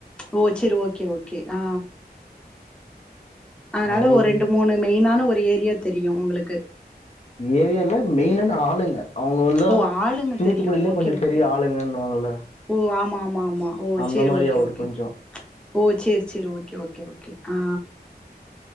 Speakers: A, in the centre; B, on the left.
A: ஓ சரி ஓகே ஓகே ஆ அதனால
B: அவரு
A: ஒரு ரெண்டு மூணு மெயினான ஒரு இந்த ஏரியா தெரியு உங்களுக்கு
B: ஏரியால மெயினான ஆளுங்க அவங்க வல்லா
A: ஓ ஆளுங்க
B: தூத்துக்குடியிலயே
A: தெரியு ஓகே
B: கொஞ்ச
A: ஓகே
B: பெரிய ஆளுங்கன்னுவாங்கல்ல
A: ஓ ஆமா ஆமா மா ஓ
B: அந்த
A: சரி
B: மாரி
A: ஓகே
B: அவரு
A: ஓகே
B: கொஞ்சோ
A: ஓ சரி சரி ஓகே ஓகே ஓகே ஆ